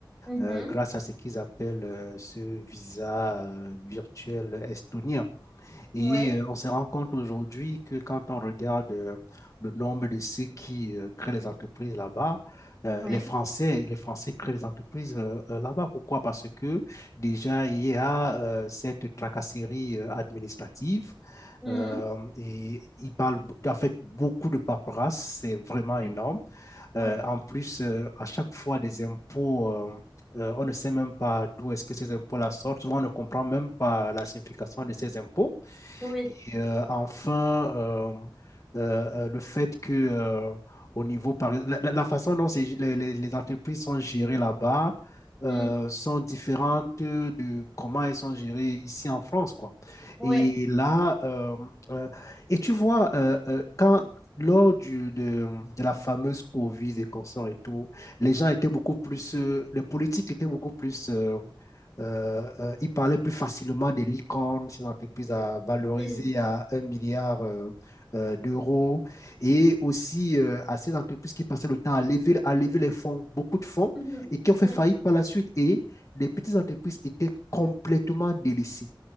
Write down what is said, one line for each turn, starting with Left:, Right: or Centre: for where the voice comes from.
Centre: Mhm.
Left: euh, grâce à ce qu'ils appellent euh, ce visa euh, virtuel estonien. Et
Centre: Ouais,
Left: euh, on se rend compte aujourd'hui que quand on regarde euh, le nombre de ceux qui euh, créent les entreprises là-bas, euh,
Centre: ouais.
Left: les Français, les Français créent les entreprises euh, euh, là-bas. Pourquoi? Parce que déjà, il y a euh, cette tracasserie euh, administrative
Centre: Mhm.
Left: euh, et ils parlent b- en fait beaucoup de paperasse, c'est vraiment énorme.
Centre: Ouais. Ouais.
Left: Euh, en plus, euh, à chaque fois, des impôts. euh, euh, on ne sait même pas d'où est-ce que ces impôts-là sortent. Souvent, on ne comprend même pas la signification de ces impôts.
Centre: Oui.
Left: Et euh, enfin, euh, euh, euh, le fait que, euh, au niveau, par... la, la- la façon dont c'est- les, les- les entreprises sont gérées là-bas euh,
Centre: Mhm.
Left: sont différentes de comment elles sont gérées ici en France, quoi.
Centre: Ouais.
Left: Et là, euh, euh, et tu vois, euh, euh, quand, lors du, de, de la fameuse Covid et consorts et tout, les gens étaient beaucoup plus, euh, les politiques étaient beaucoup plus euh, euh, euh, il parlait plus facilement des licornes, ces entreprises à valoriser
Centre: Oui.
Left: à un milliard euh, euh, d'euros, et aussi euh, à ces entreprises qui passaient le temps à lever, à lever les fonds, beaucoup de fonds,
Centre: Mhm.
Left: et qui ont fait
Centre: Oui.
Left: faillite par la suite. Et les petites entreprises étaient complètement délaissées.